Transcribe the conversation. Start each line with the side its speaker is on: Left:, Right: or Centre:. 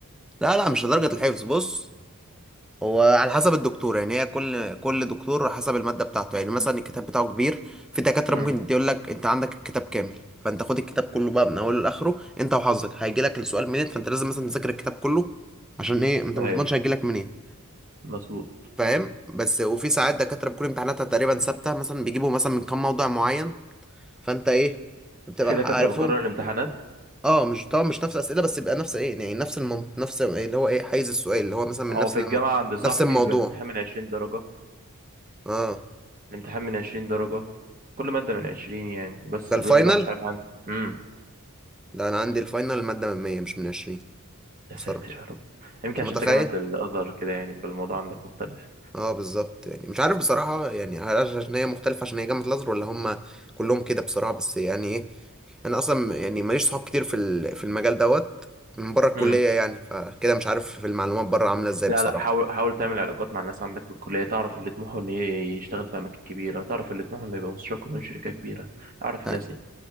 Centre: لا لا مش لدرجة الحفظ بص وعلى حسب الدكتور يعني هي كل كل دكتور حسب المادة بتاعته يعني مثلا الكتاب بتاعه كبير في دكاترة
Right: امم
Centre: ممكن يقول لك انت عندك الكتاب كامل فانت خد الكتاب كله بقى من اوله لاخره انت وحظك هيجي لك السؤال منين فانت لازم مثلا تذاكر الكتاب كله عشان ايه انت
Right: ايوه
Centre: ما تضمنش هيجي لك منين
Right: مظبوط
Centre: فاهم بس وفي ساعات دكاترة بتكون امتحاناتها تقريبا ثابتة مثلا بيجيبوا مثلا من كام موضوع معين فانت ايه بتبقى
Right: في دكاترة
Centre: عارفهم
Right: بتكرر الامتحانات
Centre: اه مش طبعا مش نفس الاسئله بس يبقى نفس ايه يعني نفس المنط... نفس إيه اللي هو ايه حيز السؤال اللي هو مثلا من
Right: اه
Centre: نفس
Right: في
Centre: الم...
Right: الجامعة عند صاحبي
Centre: نفس الموضوع
Right: بيبقى الامتحان من 20 درجة
Centre: اه
Right: الامتحان من عشرين درجة كل مادة من عشرين يعني بس
Centre: ده الفاينل
Right: بيقول لي بقى مش عارف عندك امم
Centre: لا انا عندي الفاينل المادة من 100 مش من 20
Right: يا ساتر
Centre: بصراحة
Right: يا رب يمكن
Centre: انت
Right: عشان
Centre: متخيل
Right: انت جامعة الأزهر كده يعني فالموضوع عندك مختلف
Centre: اه بالظبط يعني مش عارف بصراحة يعني هل عشان هي مختلفة عشان هي جامعة الازهر ولا هم كلهم كده بصراحة بس يعني ايه انا اصلا يعني ماليش صحاب كتير في ال- في المجال دوت من بره الكلية
Right: امم
Centre: يعني فكده مش عارف في المعلومات بره عاملة ازاي
Right: لا
Centre: بصراحة
Right: لا حاول حاول تعمل علاقات مع الناس عندك في الكلية تعرف اللي طموحه إن ي- يشتغل في أماكن كبيرة تعرف اللي طموحه إنه يبقى مستشار قانوني في شركة كبيرة أعرف
Centre: أ-
Right: الناس دي